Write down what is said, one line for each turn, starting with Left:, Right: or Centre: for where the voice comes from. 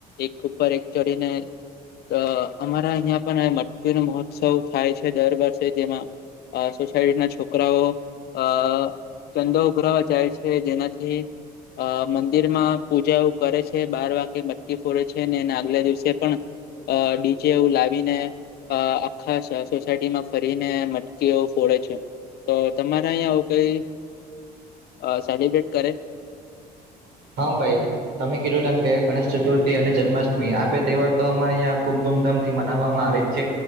Left: એક ઉપર એક ચડીને તો અમારા અહિયાં પણ મટકી નુ મહોત્સવ થાય છે દર વર્ષે જેમાં અ સોસાયટીના છોકરાઓ અ ચંદો ઉભરાવા જાય છે જેનાથી અ મંદિર માં પૂજા ઓ કરે છે બાર વાગ્યે મટકી ફોડે છે ને એના આગલા દિવસે પણ અ ડીજેવું લાવીને અ આખા સોસાયટી માં ફરીને કેઉ ફોડે છે તો તમારા અહીંયા આવું કઈ અ સેલિબ્રેટ કરે
Right: હા ભાઈ તમે કીધું તેમ કે ગણેશ ચતુર્થી અને જન્માષ્ટમી આ બે તહેવાર તો અમારી અહીં ખુબ ધૂમધામ થી મનાવવામાં આવે છે